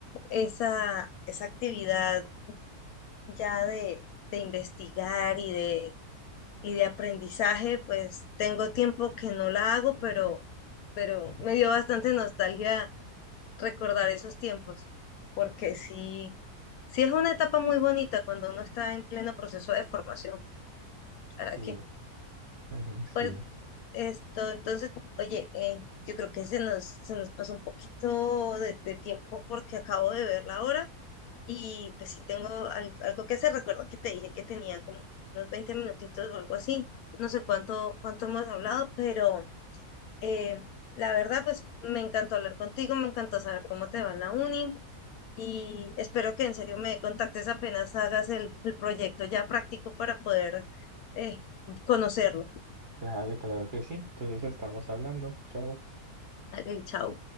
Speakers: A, on the left; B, on the right.
A: esa, esa actividad ya de, de investigar y de, y de aprendizaje, pues tengo tiempo que no la hago, pero, pero me dio bastante nostalgia recordar esos tiempos, porque sí, sí es una etapa muy bonita cuando uno está en pleno proceso de formación. ¿Para
B: Sí,
A: qué?
B: ujú,
A: Pues,
B: sí.
A: Esto, entonces, oye, eh, yo creo que se nos, se nos pasó un poquito de, de tiempo porque acabo de ver la hora y pues sí tengo al- algo que hacer. Recuerda que te dije que tenía como unos 20 minutitos o algo así. No sé cuánto, cuánto hemos hablado, pero eh, la verdad, pues me encantó hablar contigo, me encantó saber cómo te va en la uni y espero que en serio me contactes apenas hagas el, el proyecto ya práctico para poder eh, conocerlo.
B: Claro, claro que sí. Entonces estamos hablando. Chao.
A: Vale, chao.